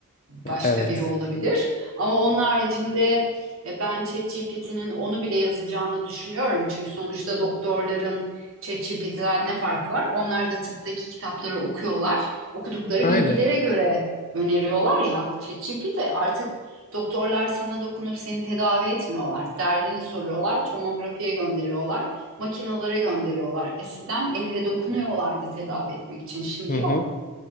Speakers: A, on the right; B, on the left.
A: başka
B: Evet.
A: biri olabilir. Ama onun haricinde E, Ben ChatGPT'nin onu bile yazacağını düşünüyorum. Çünkü sonuçta doktorların ChatGPT'den ne farkı var? Onlar da tıptaki kitapları okuyorlar. Okudukları
B: Aynen.
A: bilgilere göre öneriyorlar ya. ChatGPT artık doktorlar sana dokunup seni tedavi etmiyorlar. Derdini soruyorlar, tomografiye gönderiyorlar, makinalara gönderiyorlar. Eskiden elle dokunuyorlardı tedavi etmek için. Şimdi
B: Hı
A: yok.
B: hı.